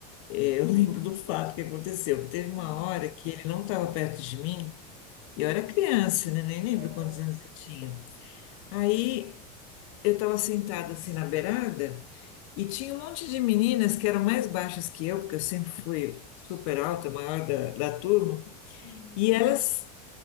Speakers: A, on the left (about 50°); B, on the right (about 60°).
A: eh, eu <laughs> lembro do fato que aconteceu, que teve uma
B: Uhum.
A: hora que ele não estava perto de mim, e eu era criança, né? Nem lembro
B: aham,
A: quantos anos eu tinha. Aí eu estava sentada assim na beirada, e tinha um monte de meninas que eram mais baixas que eu, porque eu sempre fui super alta, maior da, da turma,
B: hum,
A: e elas